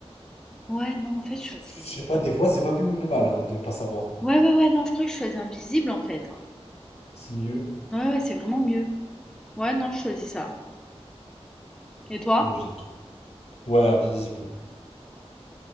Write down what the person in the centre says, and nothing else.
Ouais, non, en fait, je choisis
les...
Ouais, ouais, ouais, non, je crois que je choisis invisible, en fait. hein.
Ouais, ouais, c'est vraiment mieux. Ouais, non, je choisis ça. Et toi?